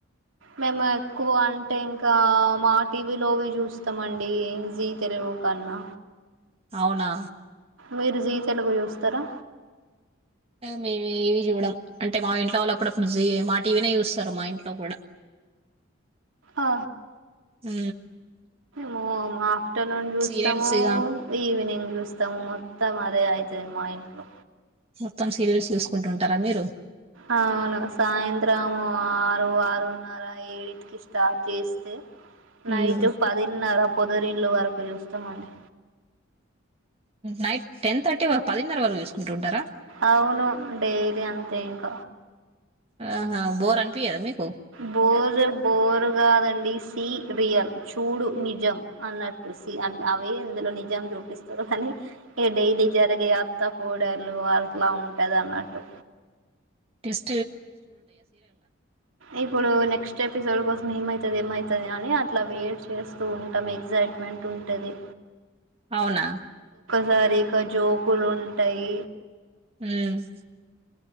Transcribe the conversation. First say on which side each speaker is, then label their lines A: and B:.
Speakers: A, on the right (about 75°); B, on the right (about 30°).
A: మేము ఎక్కువ అంటే ఇంకా మా టీవీలోవి చూస్తామండి జీ తెలుగు <unintelligible>
B: అవునా
A: మీరు జీ తెలుగు చూస్తారా
B: మేము ఏవి చూడం అంటే మా ఇంట్లో వాళ్ళప్పుడప్పుడు మా టీవీనే చూస్తారు మా ఇంట్లో కూడా
A: ఆ
B: ఉ
A: మోమా ఆఫ్టర్నూన్ చూస్తాము
B: సీరియల్స్ ఇగ
A: ఈవినింగ్ చూస్తాము మొత్తం అదే అయి దె మా ఇంట్లో
B: మొత్తం సీరియల్స్ చూసుకుంటుంటర మీరు?
A: ఆ అవును సాయంత్రము ఆరు ఆరున్నర ఏడిటికి స్టార్ట్ జేస్తే నైట్
B: ఉమ్
A: పదిన్నర పొదురిళ్లు వరకు చూస్తమండి.
B: నైట్ టెన్ థర్టీ వరక్ పదిన్నర వరకు చూసుకుంటుంటరా?
A: అవును డైలీ అంతే ఇంక
B: ఆహా బోర్ అనిపియద మీక్
A: బోదు బోరు కాదండి, సి రియల్ చూడు నిజం. అన్నట్టు సి అన్ అవే ఇందులో నిజం చూపిస్తరు కనీ, ఇగ డైలీ జరిగే అత్త కోడళ్ళు అట్ల ఉంటదన్నట్టు.
B: కిస్
A: ఇప్పుడు నెక్స్ట్ ఎపిసోడ్ కోస్ మేమవుతది ఏమయితది అని అట్లా వేట్ చేస్తూ ఉంటాం, ఎగ్జైట్మెంట్ ఉంటది.
B: అవునా?
A: సరిగ జోకులు ఉంటయ్
B: ఉమ్